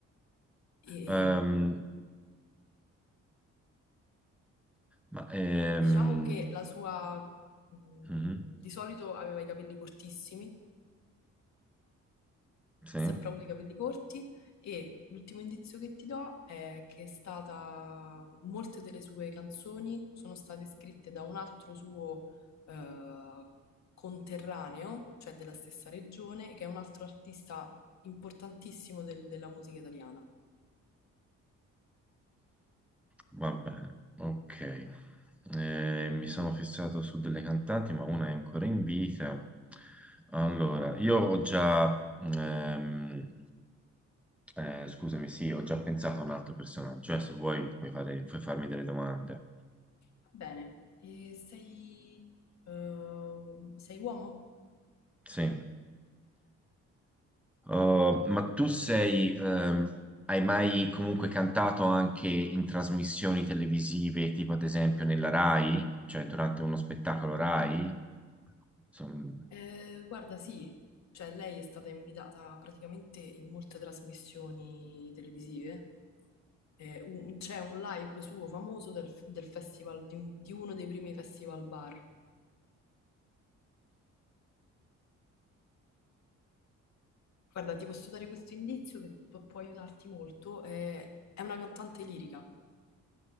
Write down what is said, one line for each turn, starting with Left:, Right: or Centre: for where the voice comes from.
Left: E, ehm,
Centre: Ehm, ma ehm,
Left: diciamo che la sua, mh,
Centre: mhm,
Left: di solito aveva i capelli cortissimi
Centre: sì,
Left: ha sempre avuto i capelli corti e l'ultimo indizio che ti do è che è stata, molte delle sue canzoni sono state scritte da un altro suo eh, conterraneo, cioè della stessa regione, che è un altro artista importantissimo del- della musica italiana.
Centre: va bene, ok. Eh, mi sono fissato su delle cantanti, ma una è ancora in vita. Allora, io ho già... ehm, Eh, scusami, sì, ho già pensato a un altro personaggio, eh, se vuoi puoi fare- puoi farmi delle domande.
Left: Va Bene, e sei, eh, sei uomo?
Centre: Sì. Oh, ma tu sei, ehm, hai mai comunque cantato anche in trasmissioni televisive, tipo ad esempio nella Rai, cioè durante uno spettacolo Rai? Insomma,
Left: Eh, guarda, sì. Cioè, lei è stata invitata praticamente in molte trasmissioni televisive eh, un- c'è un live suo famoso del, del festival, di, un- di uno dei primi festival bar. Guarda, ti posso dare questo indizio che pu- può aiutarti molto. eh, è una cantante lirica